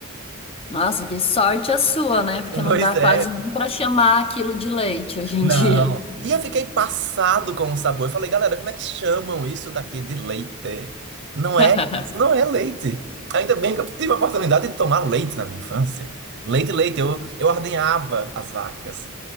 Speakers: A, on the left (about 25°); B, on the right (about 55°).
A: Nossa, que sorte a sua, né? Porque não
B: Pois
A: dá
B: é,
A: quase nem pra chamar aquilo de leite hoje em
B: não.
A: dia.
B: E eu fiquei passado com o sabor. Eu falei, galera, como é que chamam isso daqui de leite? Não
A: <laughs>
B: é, isso não é leite. Ainda bem que eu tive a oportunidade de tomar leite na minha infância. Leite, leite, eu, eu ordenhava as vacas.